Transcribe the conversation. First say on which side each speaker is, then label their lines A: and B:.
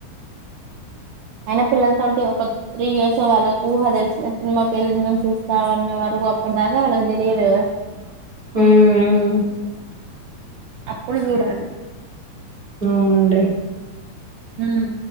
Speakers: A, on the right; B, on the right.
A: అయిన పిల్లలతోటి ఒక త్రీ ఇయర్స్ వాళ్ళ ఊహ తెలిసిన సినిమాకి వెళ్ళడం చూస్తా అన్న వరకు అప్పటి దాకా వాళ్ళకి తెలియదు కదా
B: మ్మ్ మ్మ్
A: అప్పుడు చూడాలి
B: అవునండి
A: మ్మ్